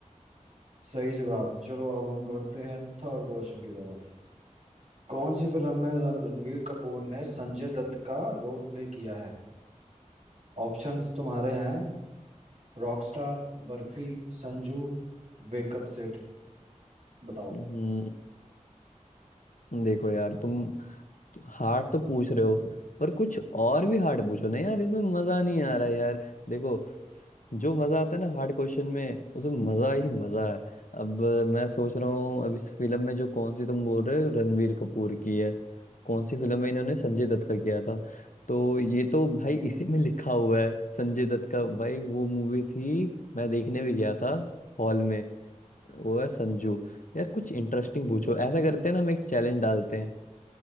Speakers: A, on the right; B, on the left.
A: सही जवाब चलो अब हम करते हैं थर्ड क्वेश्चन की तरफ कौन सी फिल्म में र- रणवीर कपूर ने संजय दत्त का रोल प्ले किया है ऑप्शंस तुम्हारे हैं रॉकस्टार बर्फी संजू वेकअप सिड बताओ
B: हम्म देखो यार तुम तो हार्ड तो पूछ रहे हो पर कुछ और भी हार्ड पूछो ना यार इसमें मजा नहीं आ रहा है यार देखो जो मजा आता है ना हार्ड क्वेश्चन में उसमें मजा ही मजा है अब अ, मैं सोच रहा हूँ अब इस फिल्म में जो कौन सी तुम बोल रहे हो रणवीर कपूर की है कौन सी फिल्म में इन्होंने संजय दत्त का किया था तो ये तो भाई इसी में लिखा हुआ है संजय दत्त का भाई वो मूवी थी मैं देखने भी गया था हॉल में वो है संजू यार कुछ इंटरेस्टिंग पूछो ऐसा करते हैं ना हम एक चैलेंज डालते हैं